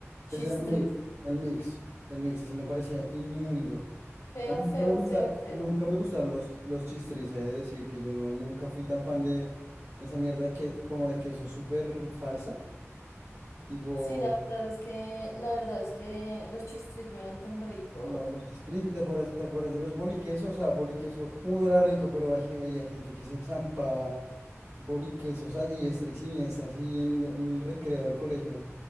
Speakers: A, on the left (about 70°); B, on the right (about 65°).
A: Chistris.
B: Ese era el mix, el mix, el mix, ese me parecía inmundo.
A: Feo,
B: A mí nunca
A: feo,
B: me gusta,
A: feo, feo.
B: nunca me gustaron los, los chistris, he de decir que yo nunca fui tan fan de esa mierda de que, como de queso súper falsa. Tipo,
A: Sí, la verdad es que, la verdad es que los Chistris no eran tan ricos.
B: no, los chistris, ¿y ¿te acuerdas, te acuerdas de los boliquesos? O sea, boliqueso, uno era rico, pero hay, hay gente que se zampaba boliquesos a diestra y siniestra, así en, lo- en el recreo del colegio.